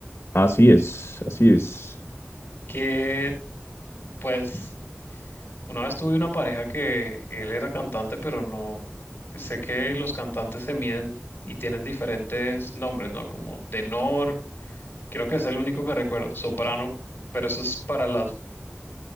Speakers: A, on the left; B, on the left.
A: Así es, así es.
B: Que, pues, Una vez tuve una pareja que él era cantante, pero no, sé que los cantantes se miden y tienen diferentes nombres, ¿no? Como tenor, creo que es el único que recuerdo, soprano, pero eso es para los